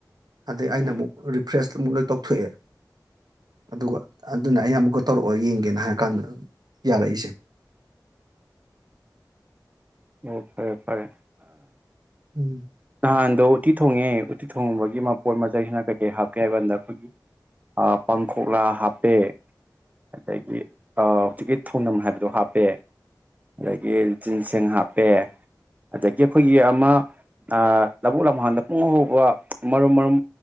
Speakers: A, on the right; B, on the right.
A: ꯑꯗꯩ ꯑꯩꯅ
B: ꯎꯝ
A: ꯑꯃꯨꯛ ꯔꯤꯐ꯭ꯔꯦꯁ ꯑꯃꯨꯛ ꯂꯣꯏ ꯇꯧꯊꯣꯛꯑꯦ ꯑꯗꯨꯒ ꯑꯗꯨꯅ ꯑꯩ ꯑꯃꯨꯛꯀ ꯇꯧꯔꯛꯑꯣ ꯌꯦꯡꯒꯦꯅ ꯍꯥꯏꯔꯀꯥꯟꯗ ꯌꯥꯔꯛꯏꯁꯦ
B: ꯑꯣ ꯐꯔꯦ ꯐꯔꯦ
A: ꯎꯝ
B: ꯅꯍꯥꯟꯗꯣ ꯎꯠꯇꯤ ꯊꯣꯡꯉꯦ ꯎꯠꯇꯤ ꯊꯣꯡꯕꯒꯤ ꯃꯄꯣꯠ ꯃꯆꯩꯁꯤꯅ ꯀꯩꯀꯩ ꯍꯥꯞꯀꯦ ꯍꯥꯏꯕ ꯀꯥꯟꯗ ꯑꯩꯈꯣꯏꯒꯤ ꯄꯥꯡꯈꯣꯛꯂꯥ ꯍꯥꯞ ꯑꯦ ꯑꯗꯒꯤ ꯍꯧꯖꯤꯛꯀꯤ ꯊꯧꯅꯝ ꯍꯥꯏꯕꯗꯣ ꯍꯥꯞꯄꯦ ꯑꯗꯒꯤ ꯖꯤꯟꯁꯦꯡ ꯍꯥꯞꯄ ꯄꯦ ꯑꯗꯒꯤ ꯑꯩꯈꯣꯏꯒꯤ ꯑꯃ ꯑ ꯂꯕꯨꯔꯃꯍꯥꯟꯗ ꯄꯣꯡ ꯑ ꯍꯧꯕ ꯃꯔꯨꯝ ꯃꯔꯨꯝ